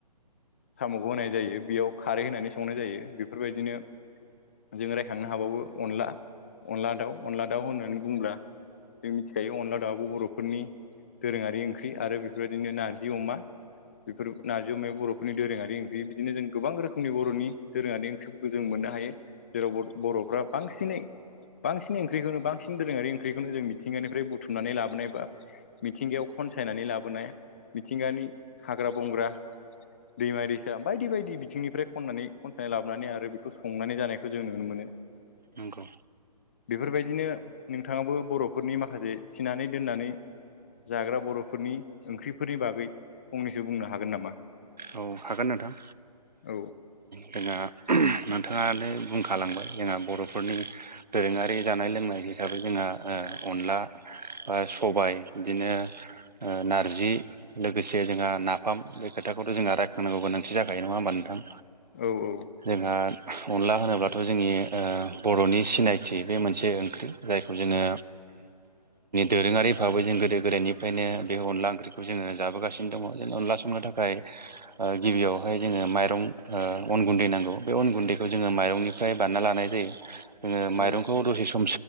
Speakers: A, on the left; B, on the right.
A: साम'खौ होनाय जायो बेयाव खारै होनानै संनाय जायो बेफोरबायदिनो जों रायखांनो हाबावो अनला अनला दाउ अनला दाउ होननानै बुंब्ला, जों मिथिखायो अनला दाबो बर'फोरनि दोरोङारि ओंख्रि आरो बे बेफोरबायदिनो नारजि अमा, बेफोर नारजि अमायाव बर'फोरनि दोरोङारि ओंख्रि बिदिनो जों गोबां रोखोमनि बर'नि दोरोङारि ओंख बिखौबो जों मोननो हायो जेराव बर'फ्रा बांसिनै, बांसिन ओंख्रिखौनो बांन दोरोङारि ओंख्रिखौनो जों मिथिंगानिफ्राय बुथुमनानै लाबोनाय बा मिथिंगायाव खनसायनानै लाबोनाया मिथिंगानि हाग्रा बंग्रा, दैमा दैसा बायदि बायदि बिथिंनिफ्राय खननानै खनसायनानै लाबोनानै आरो बेखौ संनानै जानायखौ जों नुनो मोनो,
B: नंगौ
A: बेफोरबायदिनो नोंथाङाबो बर'फोरनि माखासे थिनानै दोननानै, जाग्रा बर'फोरनि ओंख्रिफोरनि बागै फंनैसो बुंनो हागोन नामा?
B: औ हागोन नोंथां।
A: औ
B: जोंहा नोंथाङानो बुंखालांबाय जोंहा बर'फोरनि, दोरोङारि जानाय लोंनाय हिसाबै जोंहा ओ अनला ओ सबाय इदिनो, नारजि लोगोसे जोंहा नाफाम बे खोथा बेखौथ' जोंहां रायखांनांगौ गोनांथि जाखायो नङा होमबा नोंथां,
A: औ औ
B: जोंहा अनला होनोब्लाथ' जोंनि ओ बर'नि सिनायथि बे मोनसे ओंख्रि, जायखौ जोङो, दोरोङारि भाबै जों गोदो गोदायनिफ्रायनो बे अनला ओंख्रिखौ जोङो जाबोगासिनो दङ जों अनला संनो थाखाय, गिबियावहाय जोङो माइरं ओ अन गुन्दै नांगौ बे अन गुन्दैखौ जोङो माइरंनि, फ्राय बान्ना लानाय जायो। जोङो
A: औ
B: माइरंखौ दसे सम